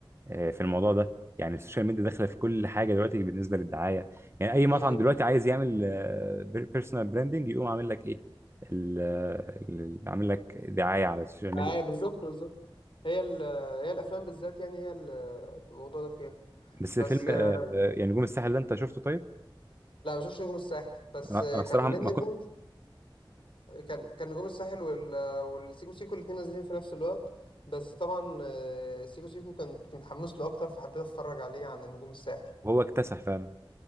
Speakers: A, on the right (about 30°); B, on the left (about 70°).
A: آه، في الموضوع ده يعني السوشيال ميديا داخله في كل حاجه دلوقتي بالنسبه للدعايه يعني اي
B: امم
A: مطعم دلوقتي عايز يعمل بيرسونال براندنج يقوم عامل لك ايه ال- ال- عامل لك دعايه على السوشيال
B: ايوه
A: ميديا
B: بالظبط بالظبط هي ال... هي الافلام بالذات يعني هي ال- الموضوع ده فيها
A: بس
B: بس
A: فيلم
B: آه،
A: آه، آه، يعني نجوم الساحل ده انت شفته طيب
B: لا ما بشوفش نجوم الساحل بس
A: انا أنا بصراحه
B: كان نادي
A: ما
B: نجوم
A: كنت
B: كان كان نجوم الساحل وال... والسيكو سيكو الاثنين نازلين في نفس الوقت بس طبعا آه، سيكو سيكو كنت متحمس له اكتر فحبيت اتفرج عليه عن نجوم الساحل
A: وهو اكتسح فعلا